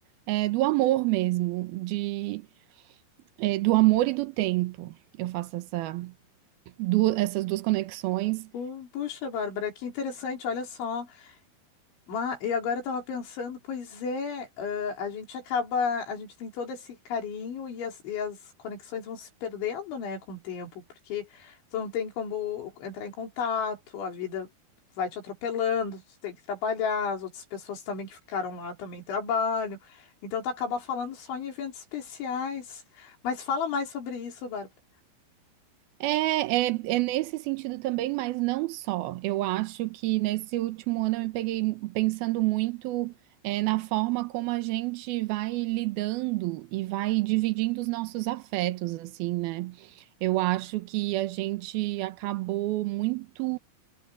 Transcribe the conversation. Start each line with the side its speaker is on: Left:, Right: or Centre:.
Right: é, do amor mesmo, de, é, do amor e do tempo. Eu faço essa, du- essas duas conexões.
Left: Pu- Puxa, Bárbara, que interessante, olha só. Ma- e agora eu tava pensando, pois é, ãh, a gente acaba, a gente tem todo esse carinho e as, e as conexões vão se perdendo, né, com o tempo, porque tu não tem como entrar em contato, a vida vai te atropelando, tu tem que trabalhar, as outras pessoas também que ficaram lá também trabalham, então tu acaba falando só em eventos especiais, mas fala mais sobre isso, Bárbara.
Right: É, é, é nesse sentido também, mas não só. Eu acho que nesse último ano eu me peguei pensando muito é, na forma como a gente vai lidando e vai dividindo os nossos afetos, assim, né? Eu acho que a gente acabou muito.